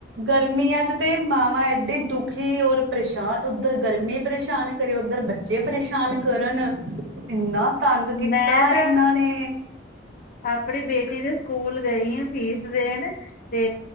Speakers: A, on the right (about 80°); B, on the left (about 50°).
A: ਗਰਮੀਆਂ 'ਚ ਤੇ ਮਾਵਾਂ ਐਡੀ ਦੁੱ ਖੀ, ਔਰ ਪਰੇਸ਼ਾਨ, ਓਧਰ ਗਰਮੀ ਪਰੇਸ਼ਾਨ ਕਰੇ ਓਧਰ ਬੱਚੇ ਪਰੇਸ਼ਾਨ ਕਰਨ। ਇੰਨਾ ਤੰਗ ਕੀਤਾ
B: ਮੈਂ ਤਾਂ
A: ਏਨਾਂ ਨੇ
B: ਆਪਣੀ ਬੇਟੀ ਦੇ ਸਕੂਲ ਗਈ ਆਂ ਫੀਸ ਦੇਨ ਤੇ